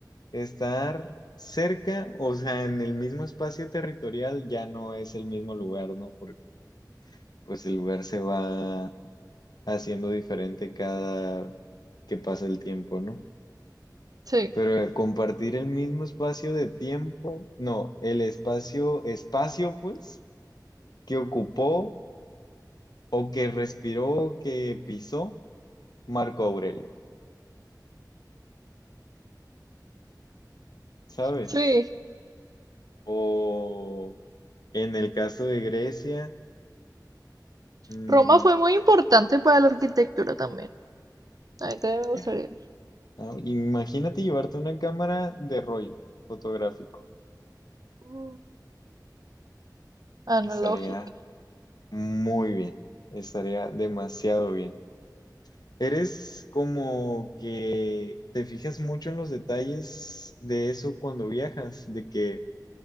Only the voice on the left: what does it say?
estar cerca, o sea, en el mismo espacio territorial ya no es el mismo lugar, ¿no? Porque pues el lugar se va haciendo diferente cada que pasa el tiempo, ¿no?
Pero compartir el mismo espacio de tiempo, no, el espacio, espacio pues, que ocupó o que respiró, o que pisó Marco Aurelio, ¿sabes?
O en el caso de Grecia, mm,
ya,
¿no? Imagínate llevarte una cámara de rollo fotográfico,
estaría muy bien, estaría demasiado bien. ¿Eres como que te fijas mucho en los detalles de eso cuando viajas? De que